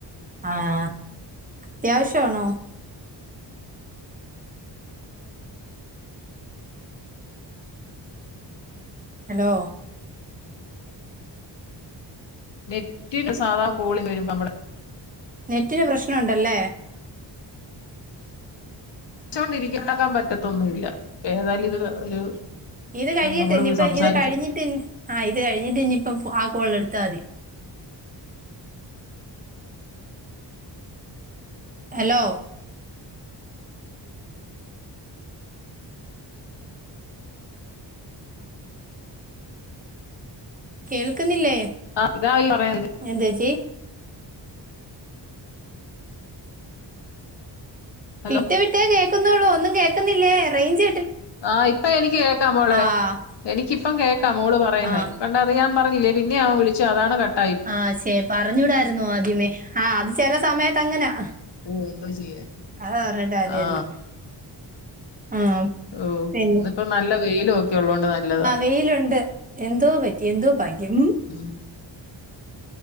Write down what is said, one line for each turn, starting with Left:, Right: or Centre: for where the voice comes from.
Right: ആഹ് അത്യാവശ്യാണോ? ഹലോ
Left: നെറ്റിനോ സാധാ കോളി വരുമ്പോ നമ്മടെ
Right: നെറ്റിന് പ്രശ്നവൊണ്ടല്ലേ?
Left: ച്ചോണ്ടിരിക്കത്താക്കാൻ പറ്റത്തൊന്നും ഇല്ല ഏതായാലും ഇത് ഒരു
Right: ഇത് കഴിയെട്ട്
Left: നമ്മളിവിടെ
Right: ഇനിയിപ്പം
Left: സംസാരിച്ചു
Right: ഇത് കഴിഞ്ഞിട്ട് ഇൻ ആഹ് ഇത് കഴിഞ്ഞിട്ട് ഇനിയിപ്പം ആ കോള് എടുത്താ മതി ഹലോ കേൾക്കുന്നില്ലേ
Left: ആഹ് ഇതാ ഈ <unintelligible>
Right: എന്താ ചേച്ചി?
Left: ഹലോ
Right: വിട്ട് വിട്ടേ കേക്കുന്നുള്ളൂ ഒന്നും കേൾക്കുന്നില്ലേ റേയിഞ്ച്
Left: ആഹ് ഇപ്പ എനിക്ക് കേക്കാം മോളെ
Right: ആഹ്
Left: എനിക്കിപ്പം കേക്കാം മോള് പറയുന്നേ
Right: ആഹ്
Left: കൊഴ <unintelligible> ഞാൻ പറഞ്ഞില്ലേ പിന്നേം അവൻ വിളിച്ചു അതാണ് കട്ട്
Right: ആഹ് ശെ പറഞ്ഞൂടായിരുന്നോ ആദ്യമേ ആഹ് അത് ചെല സമയത്ത് അങ്ങനാ
Left: ഓഹ് എന്തോ ചെയ്യാൻ
Right: അത് പറഞ്ഞിട്ട് കാര്യെല്ലാ
Left: ആ
Right: ആഹ്
Left: ഓഹ്
Right: പിന്നെ
Left: ഇന്നിപ്പോ നല്ല വെയിലും ഒക്കെ ഒള്ളതുകൊണ്ട് നല്ലതാ
Right: വെയില്ണ്ട്. എന്തോ പറ്റി എന്തോ ഭാഗ്യം.
Left: ഉം